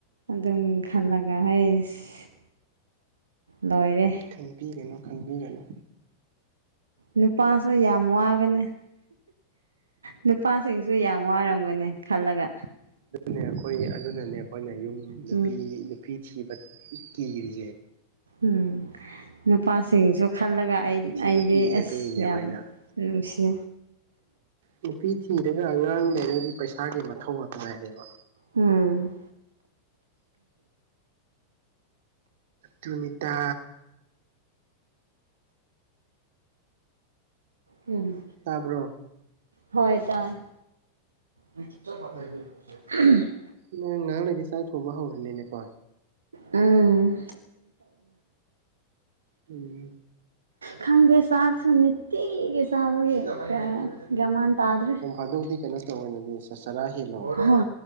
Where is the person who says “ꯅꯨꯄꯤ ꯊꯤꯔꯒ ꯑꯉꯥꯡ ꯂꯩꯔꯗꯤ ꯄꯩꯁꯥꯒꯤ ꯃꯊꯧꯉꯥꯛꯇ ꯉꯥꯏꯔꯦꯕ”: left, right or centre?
Right